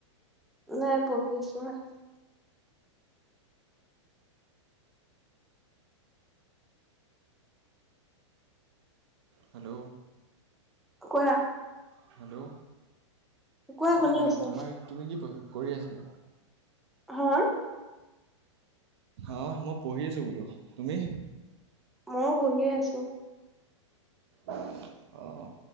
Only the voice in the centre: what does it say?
নাই, পঢ়ি আছোঁহে।
কোৱা?
কোৱা
শুনি আছো
হে?
ময়ো পঢ়িয়ে আছোঁ।